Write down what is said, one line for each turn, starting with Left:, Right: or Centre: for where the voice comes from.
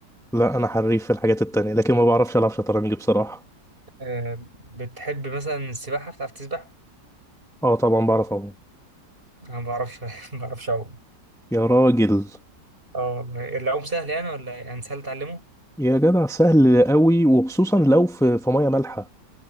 Centre: لا انا حريف في الحاجات التانية لكن ما بعرفش العب شطرنج بصراحة
Right: أه بتحب مثلا السباحه بتعرف تسبح
Centre: اه طبعا بعرف اهو
Right: انا ما بعرفش <laughs> ما بعرفش اعوم
Centre: يا راجل
Right: اه والله العوم سهل يعني ولا إيه؟ يعني سهل تعلمه
Centre: يا جدع سهل قوي وخصوصا لو في في ميه مالحه